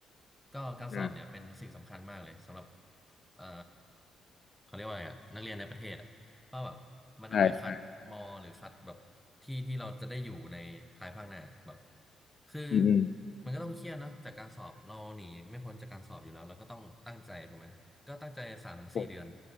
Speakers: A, in the centre; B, on the left.
A: ก็การสอบเนี่ยเป็นสิ่งสำคัญมากเลยสำหรับ
B: อ่า
A: เอ่อเขาเรียกว่าอะไรอ่ะนักเรียนในประเทศอ่ะ ว่าแบบมันเอาไว้คัดมอหรือคัดแบบที่ที่เราจะได้อยู่ในภายภาคหน้าแบบ
B: ใช่ใช่
A: คือ
B: อืมอืม
A: มันก็ต้องเครียดเนาะจากการสอบเราหนีไม่พ้นจากการสอบอยู่แล้วเราก็ต้องตั้งใจถูกไหมก็ตั้งใจสามถึงสี่เดือน
B: ถูก